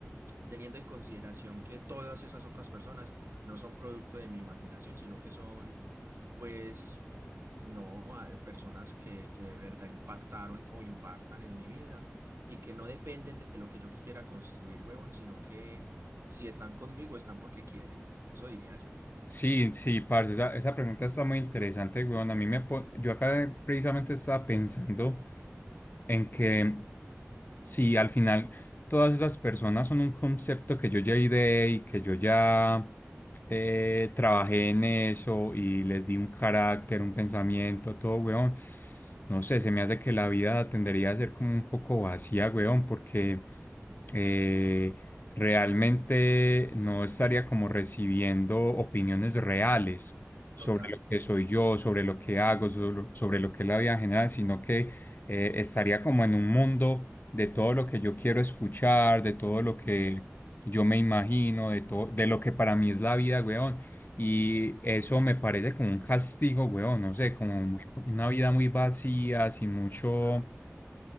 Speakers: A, on the right (about 60°); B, on the left (about 40°).
A: teniendo en consideración que todas esas otras personas no son producto de mi imaginación, sino que son, pues, no, a- personas que, que de verdad impactaron o impactan en mi vida y que no dependen de lo que yo quiera construir, huevón, sino que si están conmigo, están porque quieren. Eso diría yo.
B: Sí, sí, parce, esa, esa pregunta está muy interesante, weón. A mí me, po- yo acá precisamente estaba pensando en que Sí, al final todas esas personas son un concepto que yo ya ideé y que yo ya eh, trabajé en eso y les di un carácter, un pensamiento, todo, weón. No sé, se me hace que la vida tendería a ser como un poco vacía, weón, porque eh, realmente no estaría como recibiendo opiniones reales sobre
A: Total.
B: lo que soy yo, sobre lo que hago, sobre sobre lo que es la vida en general, sino que eh, estaría como en un mundo de todo lo que yo quiero escuchar, de todo lo que
A: Eh,
B: yo me imagino, de todo, de lo que para mí es la vida, weón. Y eso me parece como un castigo, weón, no sé, como
A: Mm,
B: muy- una vida muy vacía, sin mucho
A: ah,